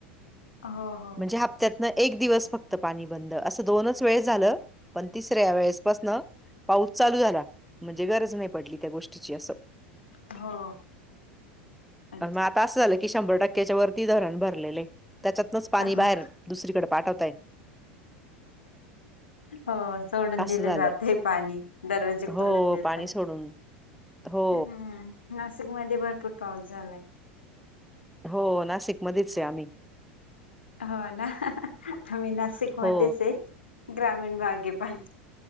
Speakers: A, on the left; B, in the centre.
A: हो. हो
B: म्हणजे हप्त्यातन एक दिवस फक्त पाणी बंद असं दोनच वेळेस झालं. पण तिसऱ्या वेळेसपासन पाऊस चालू झाला म्हणजे गरज नाही पडली त्या गोष्टीची अस
A: हो अच्छा
B: अस झालं की शंभर टक्क्याच्या वरती धरण भरलेले आहे त्याच्यात्नच पाणी
A: हो
B: बाहेर दुसरीकडे पाठत
A: हो सोडून
B: असं
A: दिले
B: झालं.
A: जाते पाणी दरवाजे
B: हो,
A: खोलून देतात
B: पाणी सोडून. हो,
A: हम् नाशिक मध्ये भरपूर पाऊस झालाय
B: हो नाशिक मधेच आहे आम्ही
A: हो ना आम्ही नाशिकमध्येच
B: हो,
A: आहे ग्रामीण भाग आहे पण